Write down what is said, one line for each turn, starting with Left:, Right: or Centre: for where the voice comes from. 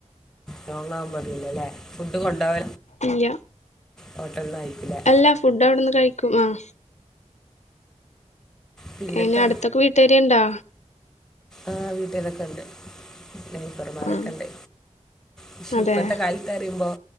Centre: ലോങ്ങവുമ്പോ വരില്ലല്ലേ ഫുഡ് കൊണ്ടാവ
Left: ഇല്ല
Centre: ഹോട്ടലന്ന കയിക്കൂലേ
Left: അല്ല ഫുഡ് അവിടുന്ന് കഴിക്കും ഉം
Centre: പിന്നെന്താ
Left: അയിന് അടുത്തൊക്കെ വീട്ടുകാരുണ്ടോ
Centre: ആഹ് വീട്ടിലൊക്കെ ഉണ്ട് നൈബർമാരൊക്കെണ്ട്
Left: ആഹ്
Centre: പക്ഷെ
Left: അതെ
Centre: ഇപ്പത്തെ കാല പറിയുമ്പോൾ